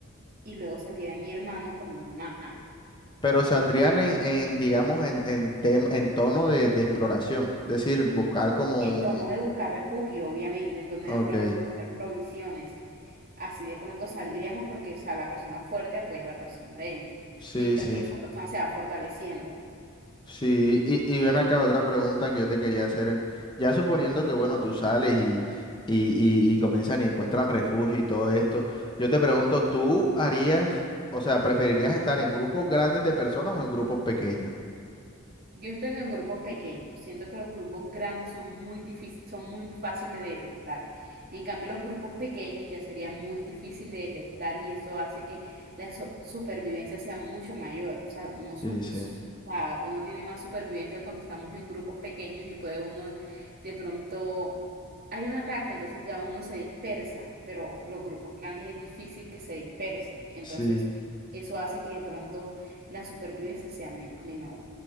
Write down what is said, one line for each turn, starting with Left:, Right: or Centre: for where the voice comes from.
Right: Y luego saldría mi hermano con mi mamá.
Left: Pero saldrían en, en, digamos, en, en, tem- en tono de, de exploración. Es decir, buscar como
Right: En
Left: un...
Right: tono de buscar refugio, obviamente, en tono
Left: Ok,
Right: de pronto buscar provisiones. Así de pronto saldríamos porque, o sea, la persona fuerte apoya a la persona débil,
Left: sí,
Right: mientras
Left: sí.
Right: que esa persona se va fortaleciendo.
Left: Sí, y, y ven acá otra pregunta que yo te quería hacer. Ya suponiendo que, bueno, tú sales y, y, y, y comienzan y encuentran refugio y todo esto, yo te pregunto, ¿tú harías, o sea, preferirías estar en grupos grandes de personas o en grupos pequeños?
Right: Yo siento que en grupos pequeños, siento que los grupos grandes son muy difícil, son muy fáciles de detectar. En cambio, los grupos pequeños ya sería muy difícil de detectar y eso hace que la so- supervivencia sea mucho mayor. O sea, uno su-
Left: Sí, sí,
Right: o sea, uno tiene más supervivencia cuando estamos en grupos pequeños y puede uno de pronto hay un ataque, entonces ya uno se dispersa, pero los grupos grandes es difícil que se dispersen. Entonces,
Left: sí.
Right: eso hace que de pronto la supervivencia sea men- menor.